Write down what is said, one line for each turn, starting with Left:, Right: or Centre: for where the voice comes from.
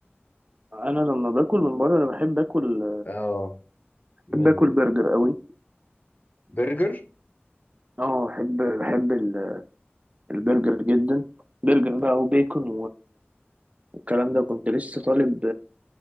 Right: انا لما باكل من بره انا بحب اكل
Left: اه
Right: بحب
Left: من
Right: اكل برجر
Left: آه،
Right: قوي
Left: برجر
Right: اه بحب بحب ال- البرجر جدا برجر بقى وبيكون والكلام ده كنت لسه طالب